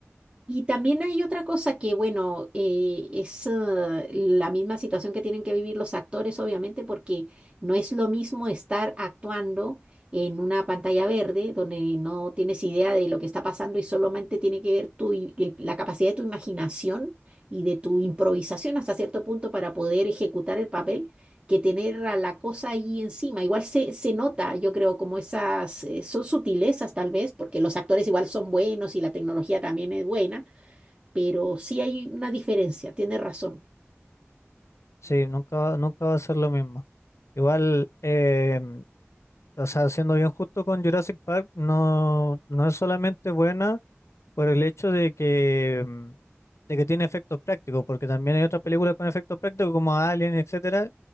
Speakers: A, on the right; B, on the left.
A: Y también hay otra cosa que, bueno, eh, es eh, la misma situación que tienen que vivir los actores, obviamente, porque no es lo mismo estar actuando en una pantalla verde donde no tienes idea de lo que está pasando y solamente tiene que ver tu, i- el- la capacidad de tu imaginación y de tu improvisación hasta cierto punto para poder ejecutar el papel, que tener a la cosa ahí encima. Igual se, se nota, yo creo, como esas, eh, son sutilezas tal vez, porque los actores igual son buenos y la tecnología también es buena pero sí hay una diferencia, tiene razón.
B: Sí, nunca, nunca va a ser lo mismo. Igual, eh, o sea, siendo bien justo con Jurassic Park, no, no es solamente buena por el hecho de que, mm, de que tiene efectos prácticos, porque también hay otras películas con efectos prácticos como Alien, etcétera,